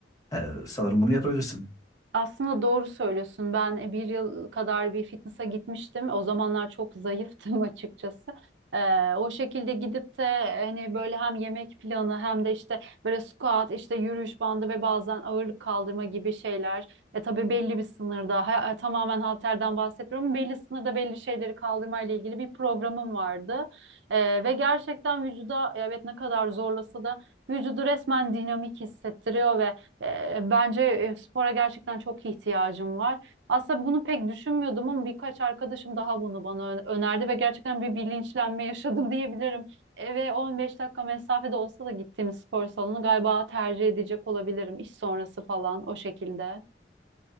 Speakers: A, on the left; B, on the right.
A: E, sanırım bunu yapabilirsin.
B: Aslında doğru söylüyorsun. Ben e, bir yıl kadar bir fitness'a gitmiştim. O zamanlar çok zayıftım <laughs> açıkçası. Ee, o şekilde gidip de hani böyle hem yemek planı hem de işte böyle squat, işte yürüyüş bandı ve bazen ağırlık kaldırma gibi şeyler. E tabii belli bir sınırda, ha- e, tamamen halterden bahsetmiyorum. Belli sınırda belli şeyleri kaldırmayla ilgili bir programım vardı. Ee, ve gerçekten vücuda e, evet ne kadar zorlasa da vücudu resmen dinamik hissettiriyor ve Eee, Bence e, spora gerçekten çok ihtiyacım var. Aslında bunu pek düşünmüyordum ama birkaç arkadaşım daha bunu bana ö- önerdi ve gerçekten bir bilinçlenme yaşadım <laughs> diyebilirim. Eve 15 dakika mesafede olsa da gittiğim spor salonu galiba tercih edecek olabilirim iş sonrası falan o şekilde.